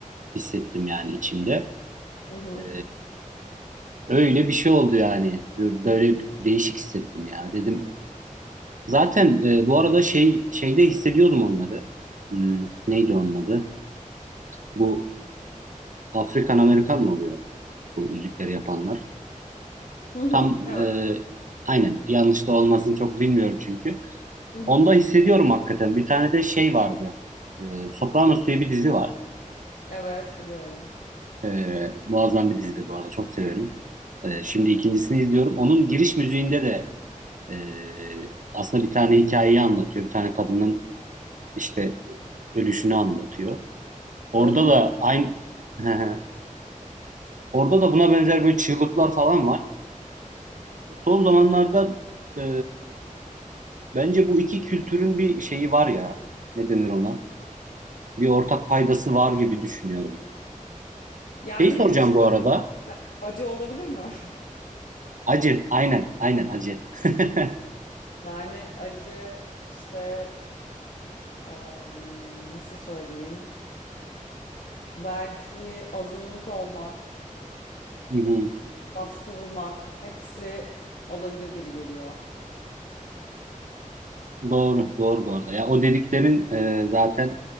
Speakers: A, on the right (about 70°); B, on the left (about 85°).
A: hissettim yani içimde.
B: Hı hı.
A: E, öyle bir şey oldu yani. Böyle değişik hissettim ya. Dedim Zaten e, bu arada şey şeyde hissediyordum onları. Hmm, neydi onun adı? Bu Afrikan Amerikan mı oluyor? Bu müzikleri yapanlar.
B: Hı hı.
A: Tam
B: Evet.
A: e, aynen yanlış da olmasını çok bilmiyorum çünkü.
B: Hı hı.
A: Onda hissediyorum hakikaten. Bir tane de şey vardı. E, Sopranos diye bir dizi var.
B: Evet biliyorum.
A: E, muazzam bir dizidir bu arada. Çok severim. E, şimdi ikincisini izliyorum. Onun giriş müziğinde de e, aslında bir tane hikayeyi anlatıyor. Bir tane kadının işte ölüşünü anlatıyor. Orada
B: Öyle mi?
A: da aynı <laughs> orada da buna benzer böyle çığlıklar falan var. Son
B: Hmm.
A: zamanlarda e, bence bu iki kültürün bir şeyi var ya. Ne denir ona? Bir ortak paydası var gibi düşünüyorum.
B: Yani
A: Şeyi soracağım
B: şey,
A: bu arada.
B: acı olabilir mi? <laughs>
A: Acı. Aynen. Aynen acı. <laughs> Hı
B: Yani acı işte em, nasıl söyleyeyim? Belki azınlık olmak,
A: hı.
B: bastırılmak hepsi olabilir gibi geliyor.
A: Doğru. Doğru bu arada. Ya o dediklerin e, zaten